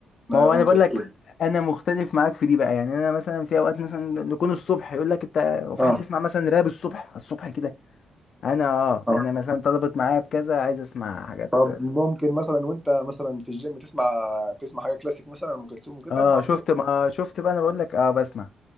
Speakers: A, on the left (about 60°); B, in the centre.
A: ما هو
B: ام
A: انا بقول
B: كلثوم
A: لك انا مختلف معاك في دي بقى يعني انا مثلا في اوقات مثلا نكون الصبح يقول لك انت هو في
B: اه
A: حد يسمع مثلا راب الصبح الصبح كده انا اه
B: اه
A: انا مثلا طلبت معايا بكذا عايز اسمع حاجات
B: طب ممكن مثلا وانت مثلا في الجيم تسمع تسمع حاجه كلاسيك مثلا ام كلثوم وكده
A: اه
B: ما اعتقد
A: شفت ما شفت بقى انا بقول لك اه بسمع